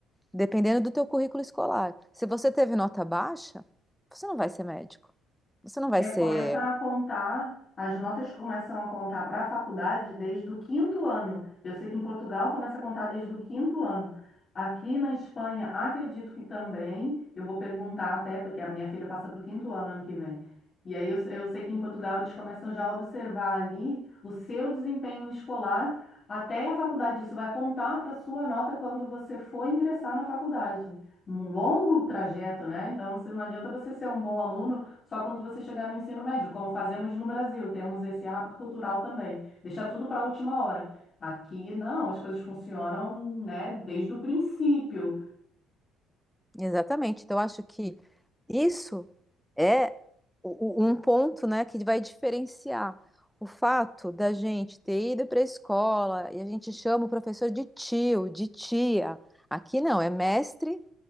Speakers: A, in the centre; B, on the left (about 30°).
A: dependendo do teu currículo escolar. Se você teve nota baixa, você não vai ser médico. Você não vai
B: Recomeça
A: ser
B: a contar, as notas começam a contar para a faculdade desde o quinto ano. Eu sei que em Portugal começa a contar desde o quinto ano. Aqui na Espanha, acredito que também, eu vou perguntar até, porque a minha filha passa para o quinto ano ano que vem. E aí eu, eu sei que em Portugal eles começam já a observar ali o seu desempenho escolar até a faculdade. Isso vai contar para a sua nota quando você for ingressar na faculdade. Um longo trajeto, né? Então, se- não adianta você ser um bom aluno só quando você chegar no ensino médio, como fazemos no Brasil, temos esse hábito cultural também, deixar tudo para a última hora. Aqui não, as coisas funcionam, né, desde o princípio.
A: Exatamente. Então, eu acho que isso é o- o- um ponto, né, que vai diferenciar o fato da gente ter ido para a escola e a gente chama o professor de tio, de tia. Aqui não, é mestre,